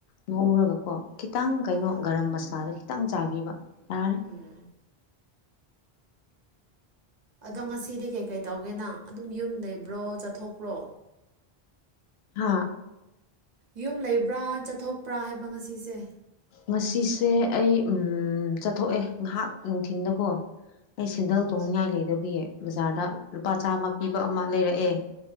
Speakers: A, on the left; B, on the right.
A: ꯉꯧꯔꯒꯀꯣ ꯈꯤꯇꯪ ꯀꯩꯅꯣ
B: ꯍꯣꯏ ꯍꯣꯏ
A: ꯒꯔꯝ ꯃꯁꯥꯂꯥꯗ ꯈꯤꯇꯪ ꯆꯥꯏꯕꯤꯕ ꯌꯥꯔꯦ
B: ꯎꯝ ꯑꯗꯣ ꯉꯁꯤꯗꯤ ꯀꯩꯀꯩ ꯇꯧꯒꯦ ꯅꯪ ꯑꯗꯨꯝ ꯌꯨꯝ ꯂꯩꯕ꯭ꯔꯣ ꯆꯠꯊꯣꯛꯄ꯭ꯔꯣ
A: ꯍꯥꯥ
B: ꯌꯨꯝ ꯂꯩꯕ꯭ꯔꯥ ꯆꯠꯊꯣꯛꯄ꯭ꯔꯥ ꯍꯥꯏꯕ ꯉꯁꯤꯁꯦ
A: ꯉꯁꯤꯁꯦ ꯑꯩ ꯎꯝ ꯆꯠꯊꯣꯛꯑꯦ ꯉꯥꯏꯍꯥꯛ ꯅꯨꯡꯊꯤꯟꯗꯀꯣ ꯑꯩ
B: ꯎꯝ
A: ꯁꯦꯟꯗꯜ ꯇꯣꯡꯅꯤꯡꯉꯥꯏ
B: ꯑꯁ
A: ꯂꯩꯗꯕꯤꯌꯦ ꯕꯖꯥꯔꯗ ꯂꯨꯄꯥ ꯆꯥꯝꯃ ꯄꯤꯕ ꯑꯃ ꯂꯩꯔꯛꯑꯦ